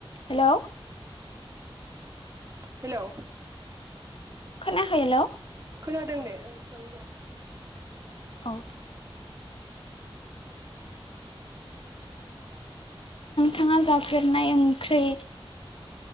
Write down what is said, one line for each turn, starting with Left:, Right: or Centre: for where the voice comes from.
Left: हेलौ
Right: हेलौ
Left: <unintelligible> हेलौ
Right: खोनादों दे ओ सों दे
Left: औ <unintelligible> थाङा जाफेरनाय ओंख्रै